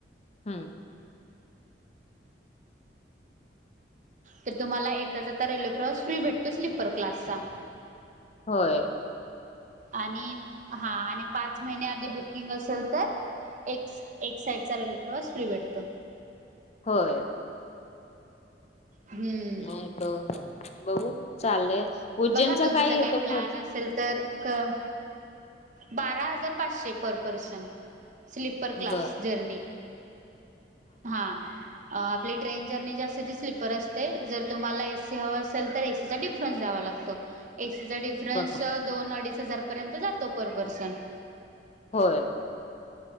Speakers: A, on the left; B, on the right.
A: ह..
B: ते तुम्हाला येता-जाता रेल्वे प्रवास फ्री भेटतो स्लीपर क्लासचा
A: होय.
B: आणि हा, आणि पाच महिने आधी बुकिंग असेल तर एक, एक साईड चालेला प्रवास फ्री भेटतो.
A: होय.
B: हम्म
A: नाहीत हो. बघू, चाललंय. उज्जैनचा
B: बघा तुमचं
A: येतो
B: काय प्लॅन
A: खर्च
B: असेल तर, क बारा हजार पाचशे, पर पर्सन स्लीपर क्लास
A: बर
B: जरर्नी, हा आपली ट्रेन जर्नी जास्त दिसली, परत ते जर तुम्हाला ए, सी हवं असेल तर ए, सीचा डिफरन्स द्यावा लागतो. ए, सीचा डिफरन्स
A: ब
B: दोन अडीच -हजार पर्यंत जातो पर पर्सन
A: होय.